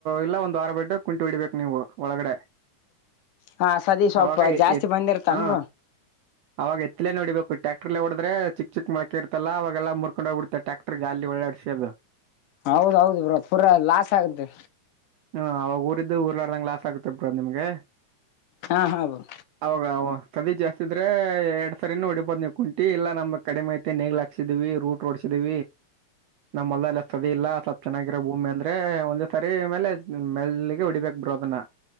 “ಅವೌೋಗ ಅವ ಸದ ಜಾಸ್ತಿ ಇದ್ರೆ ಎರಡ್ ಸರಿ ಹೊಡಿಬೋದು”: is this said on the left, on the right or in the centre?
Right